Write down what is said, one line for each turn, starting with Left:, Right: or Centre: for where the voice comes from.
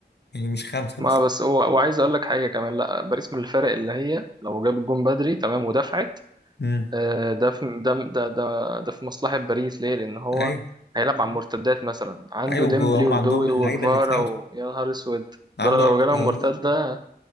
Left: يعني مش خمسه
Right: ما
Left: مثلا
Right: بس هو وعايز اقول لك حاجه كمان لا باريس من الفرق اللي هي لو جاب الجون بدري تمام ودفعت
Left: امم
Right: آه، ده في ده ده ده ده في مصلحة باريس ليه؟ لأن هو
Left: ايوه
Right: هيلعب على المرتدات مثلا عنده
Left: ايوه
Right: ديمبلي
Left: هم
Right: ودوي
Left: عندهم اللعيبه
Right: وجفارا
Left: اللي تساعدهم
Right: ويا نهار أسود
Left: عنده
Right: دول لو
Left: عنده
Right: جالهم
Left: طيارات
Right: مرتدة